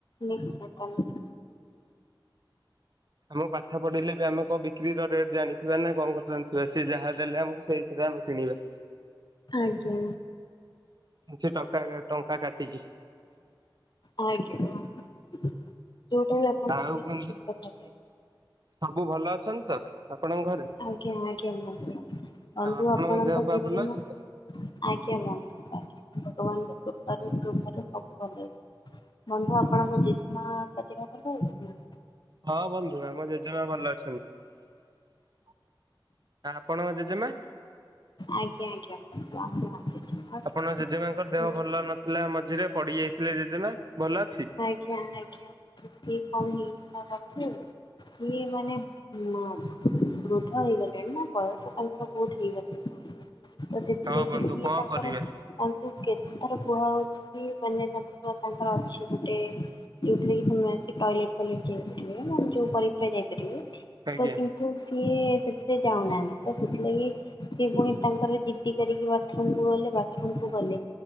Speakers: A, on the left; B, on the right.
A: ନିଶ୍ଚୟ। <unintelligible>
B: ଆମକୁ ପାଠ ପଢିଲେ ବି ଆମେ କଣ ବିକ୍ରି ର ରେଟ୍ ଜାଣିଥିବା ନା କଣ ଜାଣିଥିବା ସିଏ ଯାହା ଦେଲେ ଆମକୁ ସେଇ ଥିରେ ଆମେ କିଣିବା।
A: ଆଜ୍ଞା।
B: କିଛି ଟକା ଟଙ୍କା କାଟିିକି।
A: ଆଜ୍ଞା ଯୋଉଟା ବି ଆପଣ
B: ଆଉ
A: କହିବେ
B: ବନ୍ଧୁ
A: ଠିକ୍ କଥା ଟାଏ।
B: ସବୁ ଭଲ ଅଛନ୍ତି ତ ଆପଣଙ୍କ ଘରେ?
A: ଆଜ୍ଞା ଆଜ୍ଞା ବନ୍ଧୁ ବନ୍ଧୁ
B: ଆଉ ଆପଣଙ୍କ
A: ଆପଣଙ୍କର
B: ଦେହ ପା
A: କିଏ
B: ଭଲ
A: ଚିହ୍ନା?
B: ଅଛି ତ?
A: ଆଜ୍ଞା ବନ୍ଧୁ ଭଗବାନଙ୍କ କୃପାରୁ-କୃପାରୁ ସବୁ ଭଲ ଅଛି। ବନ୍ଧୁ ଆପଣଙ୍କ ଜେଜେମାଙ୍କ ଦେହ ଭଲ ଅଛି ନା?
B: ହଁ ବନ୍ଧୁ ଆମ ଜେଜେମା ଭଲ ଅଛନ୍ତି। ଆଉ ଆପଣଙ୍କ ଜେଜେମା?
A: ଆଜ୍ଞା-ଆଜ୍ଞା ବନ୍ଧୁ ଆମ ଜେଜେମା
B: ଆପଣଙ୍କ ଜେଜେମାଙ୍କର ଦେହ ଭଲ ନଥିଲା ମଝିରେ ପଡିଯାଇଥିଲେ ଜେଜେମା ଭଲ ଅଛି?
A: ଆଜ୍ଞା-ଆଜ୍ଞା ସେ କଣ ହେଇଛି ନା ବନ୍ଧୁ ସିଏ ମାନେ ଉଁ। ବୃଦ୍ଧା ହେଇଗଲେଣି ନା ବୟସ ତାଙ୍କର ବୋହୁତ ହେଇଗଲାଣି। ତ ସେଥିଲାଗି
B: ହଁ ବନ୍ଧୁ
A: ସିଏ
B: କଣ
A: ତାଙ୍କର
B: କରିବା
A: ତାଙ୍କୁ କେତେଥର କୁହାହୋଉଚି କି ମାନେ ତା ତାଙ୍କର ଅଛି ଗୋଟେ ଏଠିକି ସମୟ ଆସି ଟଇଲେଟ୍ ଫଇଲେଟ୍ ଯାଇପାରିବେ ନା ଯୋଉ ପରିକ୍ଷା ଯାଇପାରିବ।
B: ଆଜ୍ଞା
A: ତ କିନ୍ତୁ ସିଏ ସେଥିପାଇଁ ଯାଉନାହାନ୍ତି ତ ସେଥିଲାଗି ସିଏ ଫୁଣି ତାଙ୍କର ଜି ପିଇ ସାରିକି ବାଥରୁମ୍ କୁ ଗଲେ ବାଥରୁମ୍ କୁ ଗଲେ।